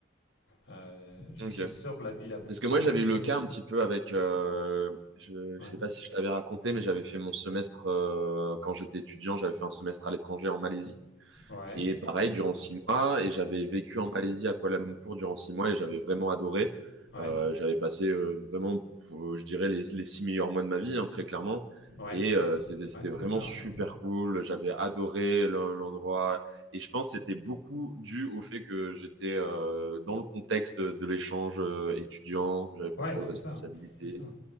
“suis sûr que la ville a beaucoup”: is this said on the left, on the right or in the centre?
Left